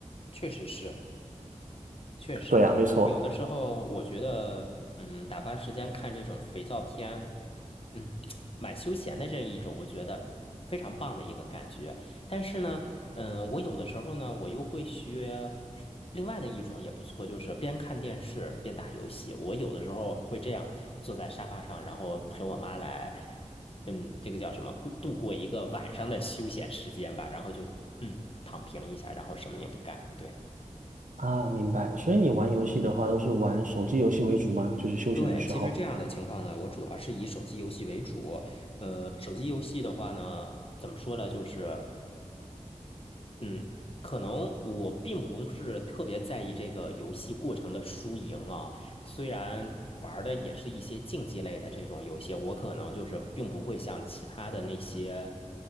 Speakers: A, on the left; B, on the right.
A: 确实是。确实，
B: 对啊，没错
A: 有的时候我觉得，嗯，打发时间看这种肥皂片，嗯，蛮休闲的这一种，我觉得非常棒的一个感觉。但是呢，嗯，我有的时候呢，我又会学另外的一种也不错，就是边看电视边打游戏。我有的时候会这样坐在沙发上，然后陪我妈来，嗯，这个叫什么，过度过一个晚上的休闲时间吧，然后就嗯躺平一下，然后什么也不干，对。
B: 啊，明白。所以你玩游戏的话，都是玩手机游戏为主吗？就是休闲的时候。
A: 对，其实这样的情况呢，我主要是以手机游戏为主。呃，手机游戏的话呢，怎么说呢？就是，嗯，可能我并不是特别在意这个游戏过程的输赢啊。虽然玩儿的也是一些竞技类的这种游戏，我可能就是并不会像其他的那些